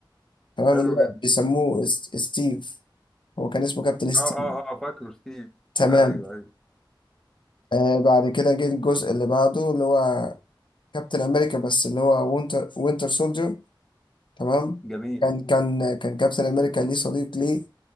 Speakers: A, on the left; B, in the centre.
A: تمام
B: حلو
A: اللي هو
B: جدا
A: بيسموه است- ستيف هو كان اسمه كابتن ستيف
B: اه اه اه فاكره ستيف
A: تمام
B: ايوه ايوه
A: آه بعد كده جه الجزء اللي بعده اللي هو كابتن امريكا بس اللي هو وينتر وينتر سولجر تمام
B: جميل
A: كان كان كان كابتن امريكا ليه صديق ليه